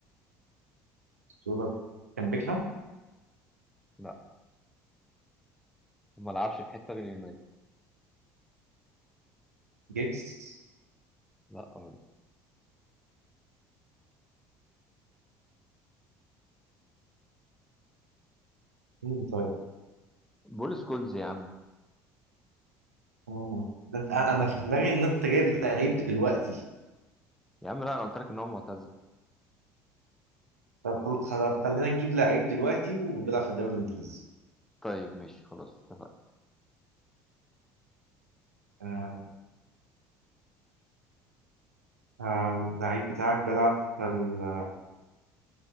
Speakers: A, on the right; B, in the centre.
A: صورة كان بيكهام
B: لا ما لعبش في حتة غير يونايتد
A: جيجز
B: لا برضه
A: مم، طيب
B: بول سكولز يا عم
A: آه. ده أنت- انا في دماغي ان انت جايب لعيب دلوقتي
B: يا عم لا انا قلت لك ان هو معتزل
A: طب طب خلينا نجيب لعيب دلوقتي وبيلعب في الدوري الانجليزي
B: طيب ماشي خلاص اتفقنا
A: آه، آه، اللعيب بتاعك بيلعب في ال-